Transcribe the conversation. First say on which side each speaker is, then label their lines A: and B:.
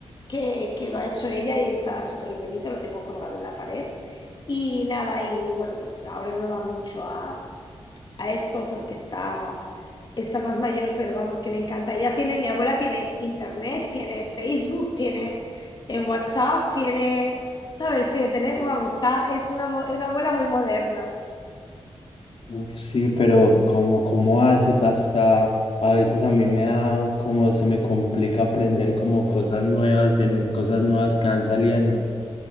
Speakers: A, on the left; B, on the left.
A: que, que lo ha hecho ella y está súper bonito, lo tengo colgado en la pared. Y nada, y bueno, pues ahora no va mucho a, a esto porque está está más mayor, pero vamos, que le encanta. Ella tiene, mi abuela tiene internet, tiene Facebook, tiene eh, WhatsApp, tiene, ¿sabes? Tiene teléfono, vamos, está, es una, mo- una abuela muy moderna.
B: Uf, sí, pero como, cómo hace pasa, a veces a mí me da como se me complica aprender como cosas nuevas de n- cosas nuevas que van saliendo.